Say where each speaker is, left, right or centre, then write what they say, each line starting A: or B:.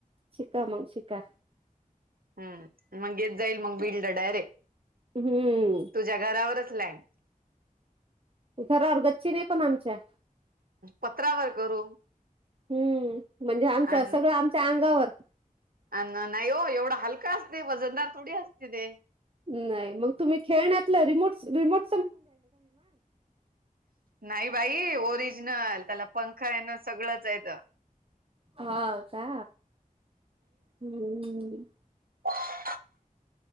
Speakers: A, on the right (about 40°); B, on the right (about 85°).
A: शिका मग शिका
B: हम् मग येत जाईल मग बीडला डायरेक्ट
A: हम्म
B: तुझ्या घरावरच लँड
A: घरावर गच्ची नाही पण आमच्या
B: पत्रावर करू
A: हम्म म्हणजे आमच्या
B: आणि
A: सगळं आमच्या अंगावर
B: अ नाही हो एवढा हलका असते वजनदार थोडी असते ते
A: नाही मग तुम्ही खेळण्यातलं रिमोट रिमोट
B: नाही बाई ओरिजनल त्याला पंखा आहे ना सगळंच आहेेत
A: हा का हम
B: ह